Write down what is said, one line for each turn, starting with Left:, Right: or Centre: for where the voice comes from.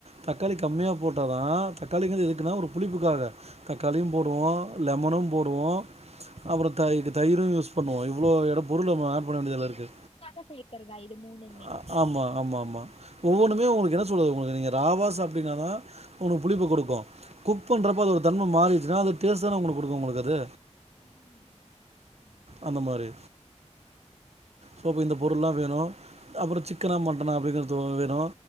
Right: தக்காளி கம்மியா போட்டாதா தக்காளிந்து எதுக்குன்னா ஒரு புளிப்புக்காக தக்காளியு போடுவோ
Left: ஓ
Right: லெமனு போடுவோ அப்பறொ தை க்கு தயிரு யூஸ் பண்ணுவோ இவ்ளோ எட பொருள் நம்ம ஆட் பண்ண வேண்டியதல்லா இருக்கு
Left: காக்த சேகறதா இது மூனு
Right: அ ஆமா ஆமா ஆமா ஒவ்வொன்னுமே ஒங்களுக்கு என்ன சொல்லது ஒங்களுக்கு நீங்க ராவா சாப்டிங்கனாதா உங்களுக் புளிப்பு குடுக்கு குக் பன்றப்ப அதோட தன்ம மாறிச்சுனா அது டேஸ்ட் தான ஒங்களுக் குடுக்கு ஒங்களுக்கு அது
Left: ம்
Right: அந்த
Left: தான்.
Right: மாரி சோப்ப இந்த பொருள்லா வேணு அப்றோ சிக்கனாக மட்டனாக அப்டிங்கிறது வேணு